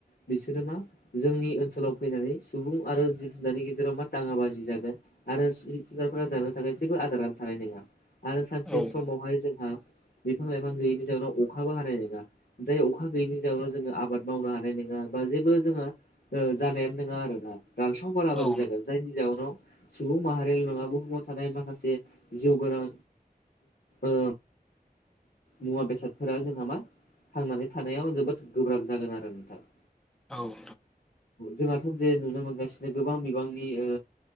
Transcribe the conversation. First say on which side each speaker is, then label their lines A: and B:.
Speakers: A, on the left; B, in the centre.
A: बिसोरो मा जोंनि ओनसोलाव फैनानै सुबुं आरो जिब -जुनारनि गेजेराव मा दाङा बाजि जागोन। आरो जुनारफोरा जानो थाखाय जेबो आदारानो थानाय नङा आरो सानसे
B: औ नोंथां औ
A: समावहाय जोंहा बिफां लाइफां गैयिनि जाहोनाव अखाबो हानाय नोङा जाय अखा गैयिनि जउनाव जोङो आबाद मावनो हानाय नोङा बा जेबो जोंहा ओ जानायानो नोंङा आरो ना दानसाव बालाबारि
B: नोंथां
A: जागोन जायनि जाहोनाव सुबुं माहारियारि नङा बुहुमाव थानाय माखासे जिउ गोनां ओ मुवा बेसादफोरा जोंहा मा थांनानै थानायाव जोबोद गोब्राब जागोन आरो नोंथां।
B: औ
A: जोंहाथ' जे नुनो मोनगासिनो गोबां बिबांनि ओ